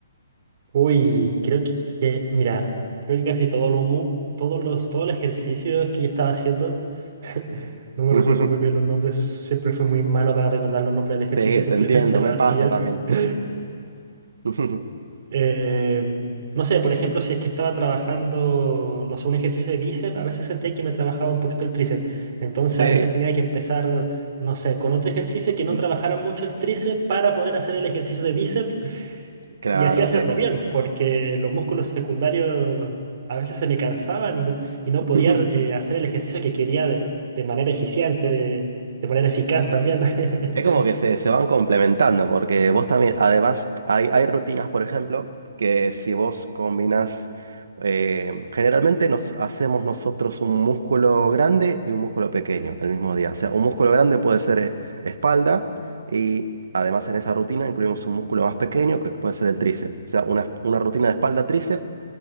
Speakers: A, on the right; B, on the right.
A: Uy, creo que, que- mira, creo que casi todo lo mu- todos los, todos los ejercicios que yo estaba haciendo, <laughs> no me
B: <laughs>
A: recuerdo muy bien los nombres, siempre fui muy malo para recordar los nombres del ejercicio,
B: Sí,
A: <laughs> simplemente
B: te entiendo,
A: lo
B: me
A: hacía.
B: pasa también.
A: <laughs>
B: <laughs>
A: Em, no sé, por ejemplo, si es que estaba trabajando, no sé, un ejercicio de bíceps, a veces sentía que me trabajaba un poquito el tríceps. Entonces
B: Sí,
A: a veces tenía que empezar, no sé, con otro ejercicio
B: <clears throat>
A: que no trabajara mucho el tríceps para poder hacer el ejercicio de bíceps
B: claro,
A: Y así hacerlo
B: sí.
A: bien, porque los músculos secundarios a veces se me cansaban y no, y no
B: <laughs>
A: podía eh, hacer el ejercicio que quería de, de manera eficiente, de, de manera eficaz también. <laughs>
B: Es como que se, se van complementando, porque vos también, además, hay, hay rutinas, por ejemplo, que si vos combinás, eh, generalmente nos hacemos nosotros un músculo grande y un músculo pequeño el mismo día. O sea, un músculo grande puede ser eh, espalda y además en esa rutina incluimos un músculo más pequeño que puede ser el tríceps. O sea, una, una rutina de espalda-tríceps